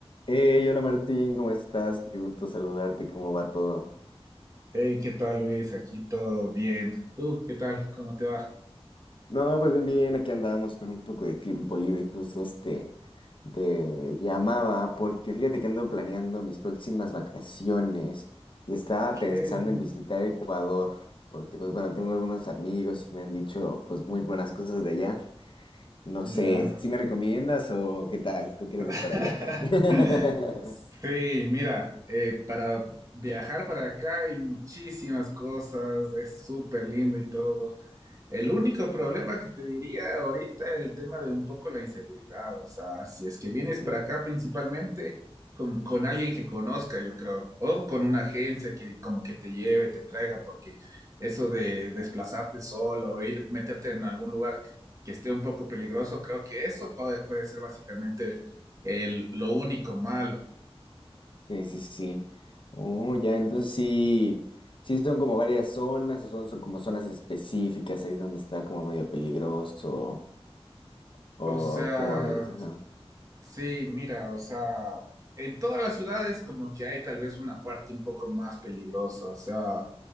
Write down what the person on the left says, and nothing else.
Hey, hola Martín, ¿cómo estás? Qué gusto saludarte, ¿cómo va todo?
No, pues bien, bien, aquí andábamos con un poco de tiempo libre, justo este, te llamaba porque fíjate que ando planeando mis próximas vacaciones y estaba
pensando en visitar Ecuador, porque pues bueno, tengo algunos amigos y me han dicho pues muy buenas cosas de allá. No
sé, ¿si me recomiendas o qué tal? ¿Tú quieres
de para allá? <laughs>
Uh.
Sí, sí, sí. Oh, ya, entonces sí, sí son como varias zonas, o son, son como zonas específicas ahí donde está como medio peligroso, o
como ves, ajá.